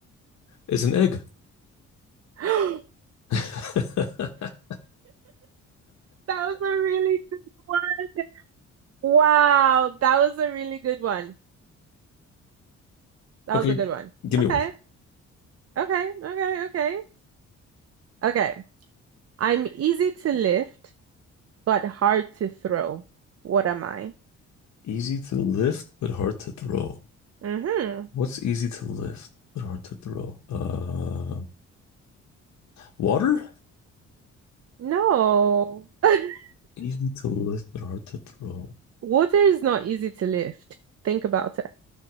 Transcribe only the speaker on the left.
It's an egg.
<laughs>
Okay,
give
me one.
Easy to lift, but hard to throw.
What's easy to lift, but hard to throw? Uh, water?
Easy to lift, but hard to throw.